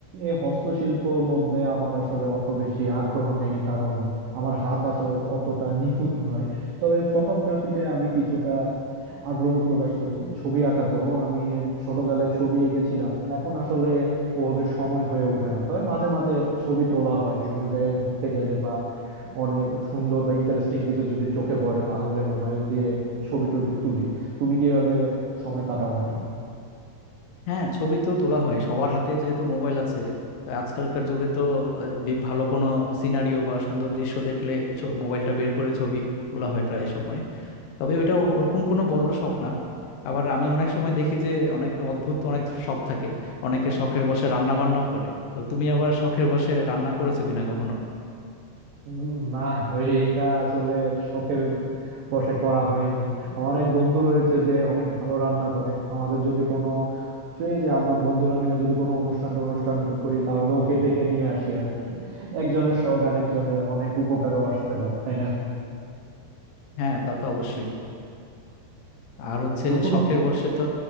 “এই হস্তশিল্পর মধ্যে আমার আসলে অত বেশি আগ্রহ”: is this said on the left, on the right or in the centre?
Right